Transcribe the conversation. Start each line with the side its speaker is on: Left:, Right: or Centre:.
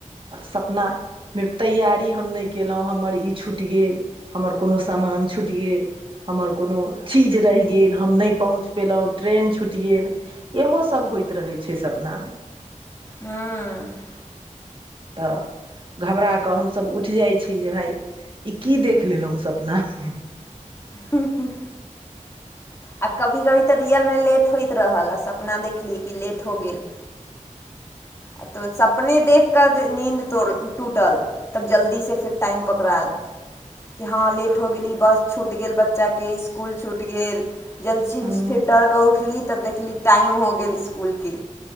Right: सपनामे तैयारी हम नहि कलहुँ हमर ई छुटि गेल हमर कोनो समान छुटि गेल हमर कोनो चीज रहि गेल हम नहि पहुँच पयलहुँ ट्रेन छूटि गेल इहो सब होइत रहै छै सपना मे
Left: हँ
Right: तऽ घबरा कऽ हमसभ उठि जाइ छी जे भाय ई की देख लेलहुँ सपनामे
Left: ह ह आ कभी कभी तऽ रियलमे लेट होइत रहल आ सपना देखली कि लेट हो गेल आ तो सपने देख क नींद तोड़ टूटल तब जल्दीसँ फेर टाइम पकड़ायल कि हँ लेट हो गेली बस छूटि गेल बच्चाके इसकुल छूटि गेल जलस
Right: हँ
Left: फेर डरके उठली त देखली टाइम हो गेल इसकुल के